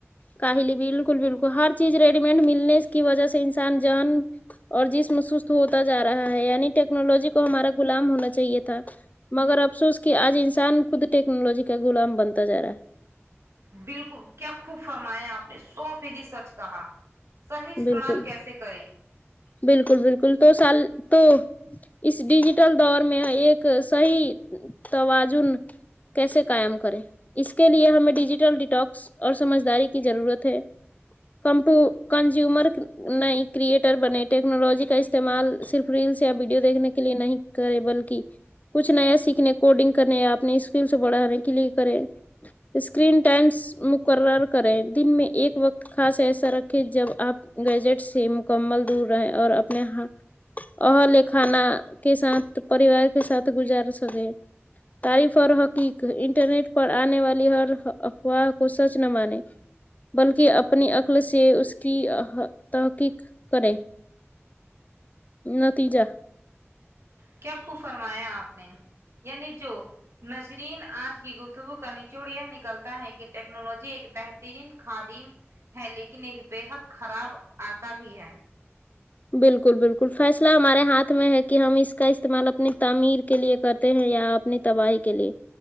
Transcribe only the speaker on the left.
کاہلی بالکل بالکل ہر چیز ریڈی میڈ ملنے کی وجہ سے انسان جان اور جسم سست ہوتا جا رہا ہے یعنی ٹیکنالوجی کو ہمارا غلام ہونا چاہیے تھا مگر افسوس کہ آج انسان خود ٹیکنالوجی کا غلام بنتا جا رہا ہے
بالکل
بالکل بالکل تو سال تو اس ڈیجیٹل دور میں ایک صحیح توازن کیسے قائم کریں اس کے لیے ہمیں ڈیجیٹل ڈیٹاکس اور سمجھداری کی ضرورت ہے کمپو کنزیومر نی کریئٹر بنے ٹیکنالوجی کا استعمال صرف ریلس یا ویڈیو دیکھنے کے لیے نہیں کریں بلکہ کچھ نیا سیکھنے کوڈنگ کرنے یا اپنے اسکرین سے بڑھانے کے لیے کریں اسکرین ٹائمس مقرر کریں دن میں ایک وقت خاص ایسا رکھ کہ جب آپ گجٹ سے مکمل دور رہے اور اپنے ہا اور اہل خانہ کے ساتھ پریوار کے ساتھ گزار سکے تعریف اور حقیق انٹرنیٹ پر آنے والی ہر افواہ کو سچ نہ مانے بلکہ اپنی عقل سے اس کی تحقیق کریں نتیجہ
بالکل بالکل فیصلہ ہمارے ہاتھ میں ہے کہ ہم اس کا استعمال اپنی تعمیر کے لیے کر تےہیں یا اپنی تباہی کے لیے